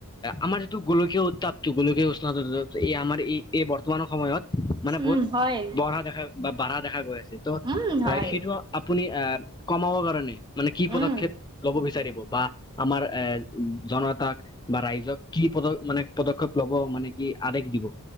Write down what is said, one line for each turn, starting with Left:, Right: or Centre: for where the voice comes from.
Left: আমাৰ যিটো গোলকীয় উত্তাপটো গোলকীয় উষ্ণতাটো এই আমাৰ এই এই বৰ্তমানৰ সময়ত মানে বহুত
Right: উম হয়
Left: বঢ়া দেখা বা বাঢ়া দেখা গৈ আছে। ত'
Right: উম হয়
Left: সেইটো আপুনি আহ কমাব কাৰণে মানে কি পদক্ষেপ
Right: উম
Left: লব বিচাৰিব বা আমাৰ এ জনতাক বা ৰাইজক কি পদক্ষেপ মানে পদক্ষেপ লব মানে কি আদেশ দিব?